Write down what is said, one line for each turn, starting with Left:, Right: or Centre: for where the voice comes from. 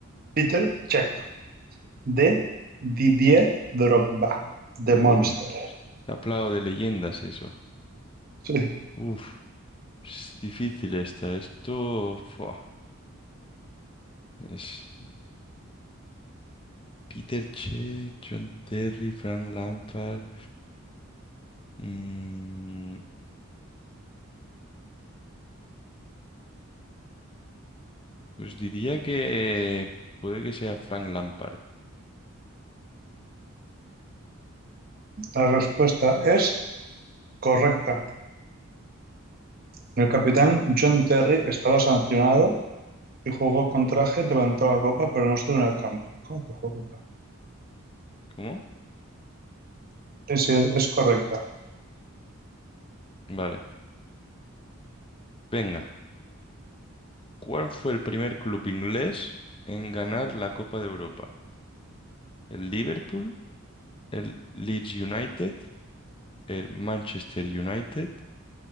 Right: Peter Cech. D. Didier Drogba. The
Left: Uh,
Right: Monster.
Left: está plagado de leyendas eso.
Right: Sí,
Left: Uf, es difícil esta. Esto fua, es Peter Check, John Terry, Frank Lampard. Mm, pues diría que puede que sea Frank Lampard.
Right: la respuesta es correcta. El capitán John Terry estaba sancionado y jugó con traje, levantó la copa, pero no estuvo en el campo. ¿Cómo que jugó con traje?
Left: ¿Cómo?
Right: Sí, sí, es, es correcta.
Left: Vale. Venga. ¿Cuál fue el primer club inglés en ganar la Copa de Europa? ¿El Liverpool, el Leeds United, el Manchester United,